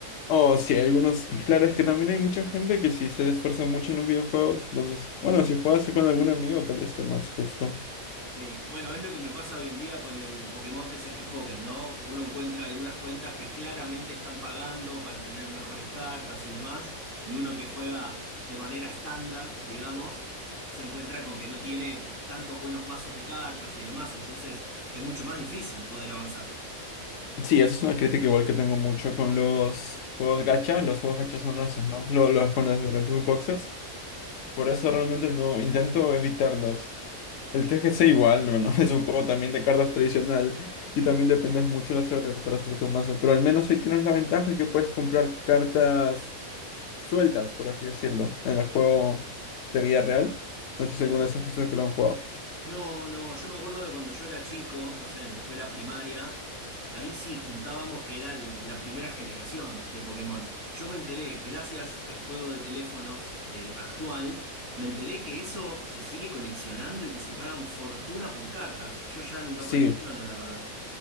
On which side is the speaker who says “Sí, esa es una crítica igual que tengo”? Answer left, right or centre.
Left